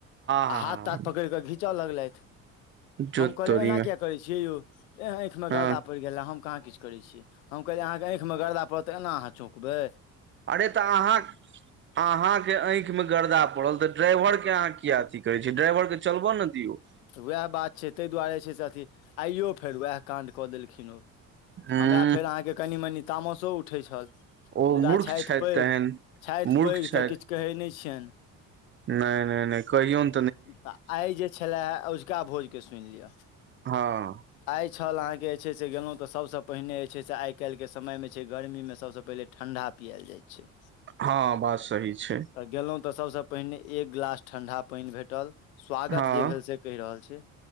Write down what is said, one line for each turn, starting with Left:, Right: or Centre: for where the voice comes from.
Right: हा
Left: आ हाथ
Right: हा
Left: ताथ पकड़ि कऽ घींचऽ लगलथि
Right: जोत
Left: हम कहलियै
Right: तोरी
Left: एना
Right: मे
Left: किया करै छियै यौ तऽ ऐंह आँखिमे
Right: हँ
Left: गरदा परि गेल मे हम कहाँ किछ करै छियै तऽ हम कहलियै अहाँ आँखिमे गर्दा पड़त तऽ एना अहाँ चौकबै
Right: अरे तऽ अहाँ अहाँ के आँखि मे गर्दा पड़ल तऽ ड्राइवर के अहाँ किया अथी कहै छियै ड्राइवर के चलबऽ ने दियौ
Left: तऽ उएह बात छै ताहि दुआरे छै से अथी आइयो फेर उएह काण्ड कऽ देलखिन ओ
Right: हूँ
Left: हमरा फेर अहाँके कनि मनि तामसो उठैत छल
Right: ओ
Left: मुदा
Right: मूर्ख
Left: छैथ
Right: छथि
Left: पैघ
Right: तेहन
Left: छैथ
Right: मूर्ख
Left: पैघ
Right: छथि
Left: तऽ किछु कहै नहि छियनि
Right: नहि नहि नहि कहिऔन
Left: तऽ आइ जे छलेे अझुका भोजके सुनि लिअ
Right: हँ
Left: आइ छल अहाँके जे छै से गेलहुँ तऽ सभसँ पहिने जे छै से आइ काल्हि के समय मे छै गर्मी मे सभसँ पहिने ठंडा पिएल जाइ छै
Right: हँ बात सही छै
Left: तऽ गेलहुॅं तऽ सबसे पहिने एक गिलास ठंडा पानि भेटल स्वागत
Right: हँ
Left: जे भेल से कहि रहल छी